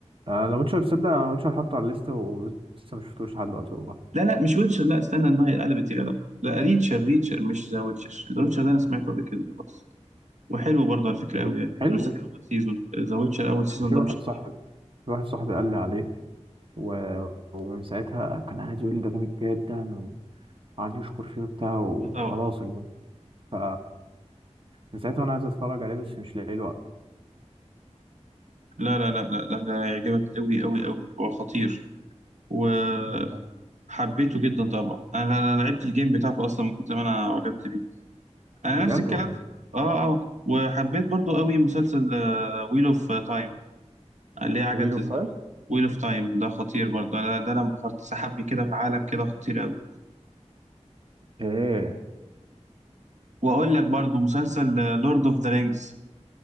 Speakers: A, on the right; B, on the right.
A: آه، انا ويتشر تصدق انا ويتشر حاطه على الليسته ولسه مش شفتوش لحد دلوقتي والله
B: لا لا مش ويتشر لا استنى ان هي قلبت يا جدع لا ريتشر ريتشر مش ذا ويتشر ذا ويتشر ده انا سمعته قبل كده خلاص وحلو برضه على فكره
A: إيه،
B: قوي يعني
A: حلو
B: بالذات اول سيزون ذا ويتشر اول سيزون
A: أنا في
B: ده
A: واحد
B: مش طبيعي
A: صاحبي في واحد صاحبي قال لي عليه و- ومن ساعتها كان قاعد يقول لي ده جامد جدا وقعد يشكر فيه وبتاع وخلاص
B: اه طبعا
A: اللي هو ف من ساعتها وانا عايز اتفرج عليه بس مش لاقي الوقت
B: لا لا لا لا ده هيعجبك قوي قوي قوي هو خطير وحبيته
A: والله
B: جدا طبعا انا انا أنا لعبت الجيم بتاعته اصلا من كتر ما انا عجبت بيه انا
A: بجد
B: نفس الكلام
A: والله
B: في- اه اه وحبيت برضه قوي مسلسل ويل اوف تايم اللي هي عجلة
A: ويل اوف
B: الزمن
A: تايم
B: ويل اوف تايم ده خطير برضه انا ده انا انبهرت سحبني كده في عالم كده خطير قوي
A: ايه
B: واقول لك برضه مسلسل لورد اوف ذا رينجز